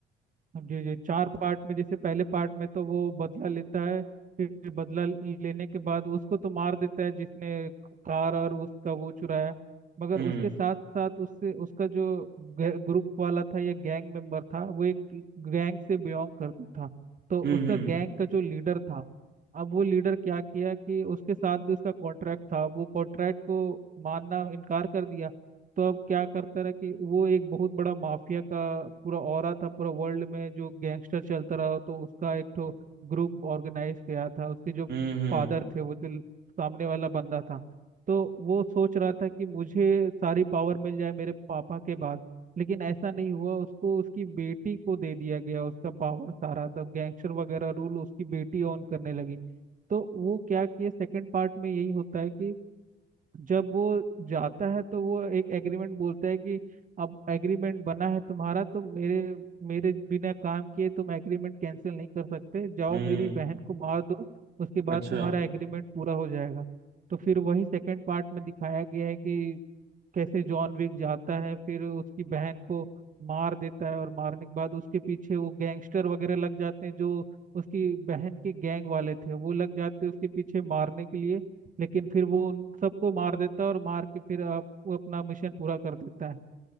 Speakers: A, on the right (about 40°); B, on the right (about 55°).
A: जी जी चार पार्ट में जैसे पहले पार्ट में तो वो बदला लेता है फिर बदला लेने के बाद उसको तो मार देता है जिसने कार और उसका वो चुराया मगर
B: हम्म
A: उसके साथ साथ उससे उसका जो ग्रुप वाला था या गैंग मेंबर था वो एक गैंग से बिलोंग करता था तो उसका
B: हम्म हम्म
A: गैंग का जो लीडर था अब वो लीडर क्या किया कि उसके साथ भी उसका कॉन्ट्रैक्ट था वो कॉन्ट्रैक्ट को मानना इनकार कर दिया तो अब क्या करता रहा कि वो एक बहुत बड़ा माफिया का पूरा ऑरा था पूरा वर्ल्ड में जो गैंगस्टर चलता रहा तो उसका एक तो ग्रुप ऑर्गेनाइज किया था उसके जो
B: हम्म
A: फादर थे वो जो सामने वाला बंदा था तो वो सोच रहा था कि मुझे सारी पावर मिल जाए मेरे पापा के बाद लेकिन ऐसा नहीं हुआ उसको उसकी बेटी को दे दिया गया उसका पावर सारा द गैंगस्टर वगैरह रूल उसकी बेटी ऑन करने लगी तो वो क्या किए सेकंड पार्ट में यही होता है कि जब वो जाता है तो वो एक एग्रीमेंट बोलता है कि अब एग्रीमेंट बना है तुम्हारा तो मेरे मेरे बिना काम किए तुम एग्रीमेंट कैंसिल नहीं कर सकते जाओ
B: हम्म
A: मेरी बहन को मार दो उसके
B: अच्छा
A: बाद तुम्हारा एग्रीमेंट पूरा हो जाएगा तो फिर वही सेकंड पार्ट में दिखाया गया है कि कैसे जॉन विक जाता है फिर उसकी बहन को मार देता है और मारने के बाद उसके पीछे वो गैंगस्टर वगैरह लग जाते हैं जो उसकी बहन के गैंग वाले थे वो लग जाते हैं उसके पीछे मारने के लिए लेकिन फिर वो उन सबको मार देता है और मार के फिर आप वो अपना मिशन पूरा कर देता है